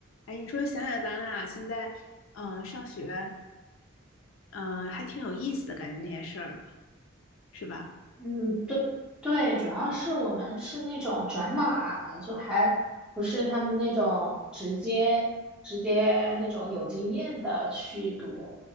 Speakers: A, on the left; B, in the centre.
A: 哎，你说想想咱俩现在，嗯、上学，嗯、还挺有意思的感觉那些事儿，是吧？
B: 嗯，对对，主要是我们是那种转码的，就还不是他们那种直接直接那种有经验的去读，